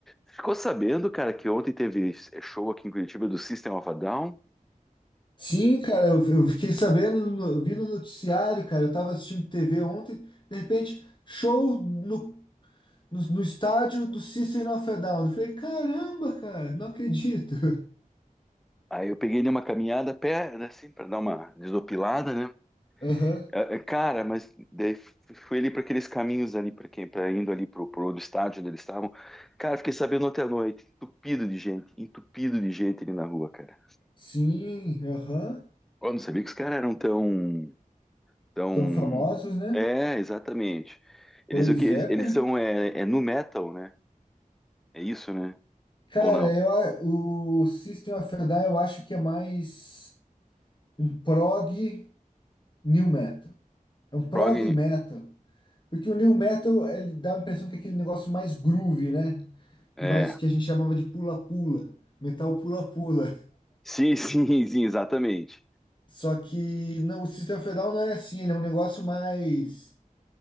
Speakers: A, in the centre; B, on the left.
A: Ficou sabendo, cara, que ontem teve show aqui em Curitiba do System of a Down.
B: Sim, cara, eu, eu fiquei sabendo, no- eu vi no noticiário, cara. Eu tava assistindo TV ontem, de repente, show no, no, no estádio do System of a Down. Eu falei, caramba, cara, não acredito.
A: Aí eu peguei numa caminhada a pé, né, assim, para dar uma desopilada, né?
B: <laughs> Aham.
A: É, é, Cara, mas daí f- fui ali para aqueles caminhos ali para quem, para indo ali pro, pro outro estádio onde eles estavam. Cara, fiquei sabendo ontem à noite, entupido de gente, entupido de gente ali na rua, cara.
B: Sim, aham.
A: Eu não sabia que os caras eram tão, tão.
B: Tão famosos, né?
A: É, exatamente. Eles
B: Pois
A: o que eles,
B: é,
A: eles
B: pá.
A: são é, é nu metal, né? É isso, né?
B: Cara,
A: Ou não?
B: eu, a- o System of a Down eu acho que é mais um prog new metal. É um prog
A: Prog,
B: metal. Porque o new metal, ele dá a impressão que é aquele negócio mais groove, né?
A: é.
B: Mas que a gente chamava de pula-pula. Metal pula-pula.
A: Sim, sim, <laughs> sim, exatamente.
B: Só que não, o System of a Down não é assim. Ele é um negócio mais...